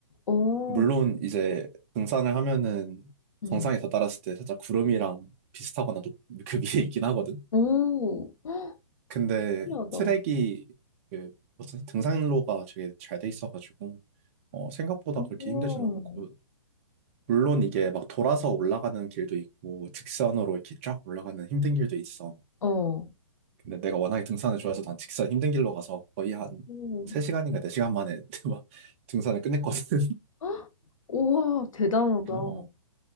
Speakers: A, on the left; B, on the right.
A: 어,
B: 물론 이제 등산을 하면은
A: 음.
B: 정상에 다다랐을 때 살짝 구름이랑 비슷하거나 높, 그 위에 있긴 하거든.
A: 오,
B: 근데
A: 신기하다.
B: 트랙이 그 뭐지? 등산로가 되게 잘 돼 있어가지고 어, 생각보다 그렇게
A: 오.
B: 힘들진 않고 물론 이게 막 돌아서 올라가는 길도 있고 직선으로 이렇게 쫙 올라가는 힘든 길도 있어.
A: 어.
B: 근데 내가 워낙에 등산을 좋아해서 난 직선 힘든 길로 가서 거의 한
A: 오,
B: 3시간인가 4시간 만에 <laughs> 막 등산을 끝냈거든.
A: 헉, 우와, 대단하다.
B: <laughs> 어,